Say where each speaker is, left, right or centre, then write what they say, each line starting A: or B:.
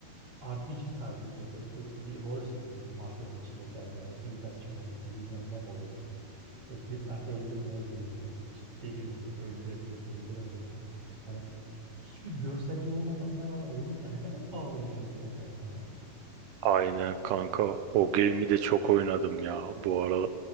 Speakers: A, on the right; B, on the right.
A: RPG tarzıydı o da. Yok bir rol seçiyorsun mafyanın içinde kendine. Suikastçı mı oluyorsun, bilmem ne mi oluyorsun. Yok birini öldürmeye gidiyorsun. işte deniyorsun, öldürebiliyorsun, öldüremiyorsun. Hani hiçbir görselliği olmamasına rağmen o oyunda ne kadar bağlayıcıydı ya kendine.
B: Aynen kanka o game'i de çok oynadım ya bu ara